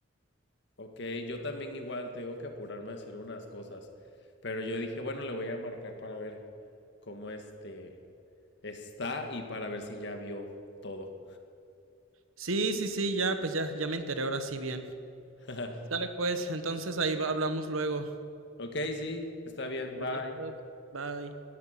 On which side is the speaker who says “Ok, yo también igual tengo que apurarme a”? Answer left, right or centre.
Left